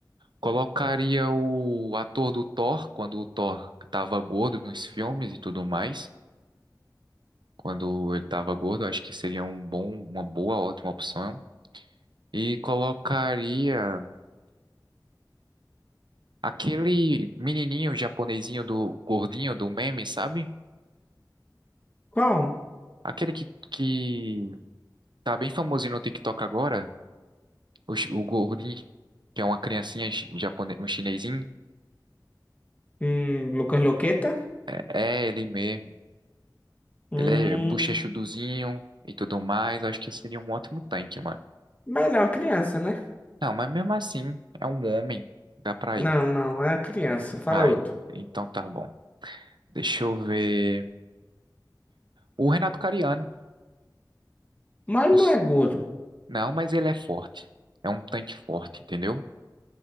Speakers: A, on the right; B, on the left.
A: Colocaria o ator do Thor, quando o Thor tava gordo nos filmes e tudo mais. Quando ele tava gordo, acho que seria um bom, uma boa, ótima opção. E colocaria aquele menininho japonesinho do gordinho do meme, sabe?
B: Qual?
A: Aquele que, que tá bem famosinho no TikTok agora, o, chi- o gordinho, que é uma criancinha chi- japone, um chinesinho.
B: Hum, Lucas Loqueta?
A: É, é ele mesmo.
B: Hum.
A: Ele é bochechuduzinho e tudo mais. Acho que seria um ótimo tanque, mano.
B: Mas não, é criança, né?
A: Não, mas mesmo assim, é um homem. Dá pra
B: Não,
A: ir.
B: não, é criança. Fala
A: Ai,
B: outro.
A: então tá bom. Deixa eu ver. O Renato Cariano.
B: Mas
A: Os-
B: não é gordo.
A: Não, mas ele é forte. É um tanque forte, entendeu?